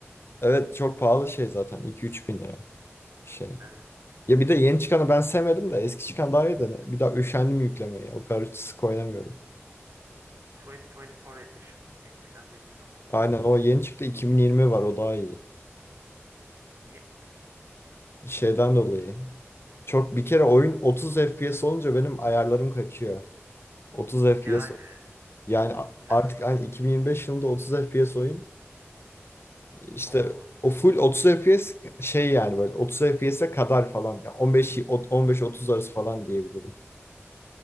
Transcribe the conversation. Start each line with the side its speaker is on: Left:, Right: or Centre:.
Left: Evet
Right: Evet.
Left: çok pahalı şey zaten. 2 üç bin lira şey.
Right: evet.
Left: Ya bir de yeni çıkanı ben sevmedim de eski çıkan daha iyi de ne- bir daha üşendim yüklemeye. O kadar sık oynamıyorum.
Right: 2024 edition. Yeni çıkan dediğin ama.
Left: Aynen o yeni çıktı 2020 var o daha iyi.
Right: Niye ki?
Left: Şeyden dolayı. Çok bir kere oyun 30 FPS olunca benim ayarlarım kaçıyor. 30 FPS
Right: Yani.
Left: yani
Right: <laughs>
Left: a-
Right: Yani.
Left: artık hani 2025 yılında 30 FPS oyun işte
Right: Olmaması
Left: o
Right: lazım.
Left: full 30 FPS şey yani böyle 30 FPS'e kadar falan yani 15 ot- 15-30 arası falan diyebilirim.